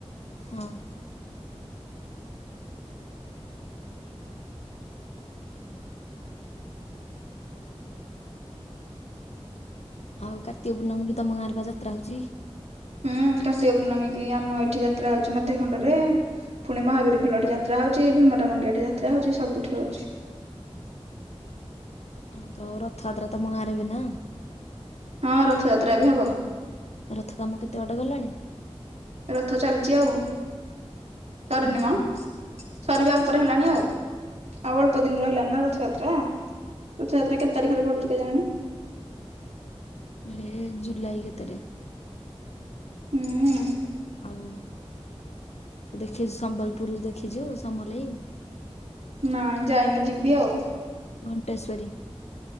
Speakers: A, on the left; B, on the right.
A: ହଁ। ଆଉ କାର୍ତ୍ତିକ ପୂର୍ଣ୍ଣମୀ କି ତମ ଗାଁ ର ବା ଯାତ୍ରା ହଉଛି।
B: ହୁଁ କାର୍ତ୍ତିକ ପୂର୍ଣ୍ଣମୀ କି ଆମ ଏଇଠି ଯାତ୍ରା ହଉଛି ମଧ୍ୟ ଖଣ୍ଡରେ ପୁଣି ମହାବୀ
A: ଆଉ
B: ଖୋଲଟି ଯାତ୍ରା ହଉ ଛି ବି ମରା ମଣ୍ଡିଆ ଟେ ଯାତ୍ରା ହୋଉଚି ସବୁଠି ହଉଛି।
A: ହଁ ତ ରଥଯାତ୍ରା ତମ ଗାଁ ରେ ବି ନା
B: ହଁ ରଥଯାତ୍ରା ବି ହବ।
A: ରଥ କାମ କେତେ ଅଟେ ଗଲାଣି?
B: ରଥ ଚାଲିଛି ଆଉ ସରିନି
A: ହୁଁ।
B: ମ। ସରିବା ଉପରେ ହେଲାଣି ଆଉ ଆଉ ଅଳ୍ପ ଦିନ୍ ରହିଲାନି ନା ରଥଯାତ୍ରା ରଥଯାତ୍ରା କେତେ ତାରିଖରେ ପଡୁଚି କେଜାଣି?
A: ଏ ଜୁଲାଇ କେତେରେ
B: ହୁଁ।
A: ଆଉ ଦେଖିଛୁ ସମ୍ବଲପୁରୁ ଦେଖିଛୁ ସମଲାଇ?
B: ନାଁ ଯାଇନି ଯିବି ଆଉ।
A: କଣ୍ଟେସ୍ବରି